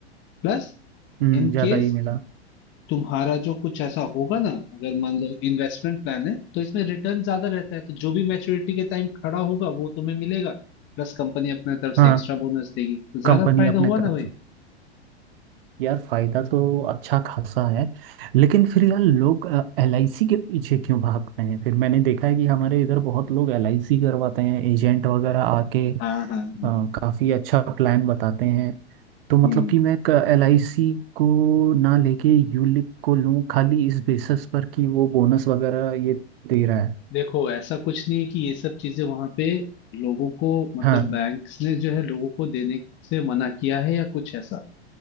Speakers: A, on the left (about 35°); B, on the right (about 55°).
A: प्लस
B: हम्म
A: इन
B: ज्यादा
A: केस
B: ही मिला
A: तुम्हारा जो कुछ ऐसा होगा ना अगर मान लो इन्वेस्टमेंट प्लान है तो इसमें रिटर्न ज्यादा रहता है तो जो भी मैच्योरिटी के टाइम खड़ा होगा वो तुम्हें मिलेगा प्लस कंपनी अपने तरफ से
B: हाँ
A: एक्स्ट्रा बोनस देगी तो ज्यादा
B: कंपनी
A: फायदा
B: अपने
A: हुआ
B: तरफ
A: ना भाई
B: से यार फायदा तो अच्छा खासा है लेकिन फिर यार लोग एल आई सी के पीछे क्यों भागते हैं फिर मैंने देखा है कि हमारे इधर बहुत लोग एल आई सी करवाते हैं एजेंट वगैरह आके अ,
A: हाँ हाँ हाँ
B: काफी अच्छा प्लान बताते हैं तो मतलब
A: हम्म
B: कि मैं एल आई सी को ना लेके यूलिप को लूं खाली इस बेसिस पर कि वो बोनस वगैरह ये दे रहा है
A: देखो ऐसा कुछ नहीं है कि ये सब चीजें वहां पे लोगों को मतलब
B: हाँ
A: बैंक्स ने जो है लोगों को देने से मना किया है या कुछ ऐसा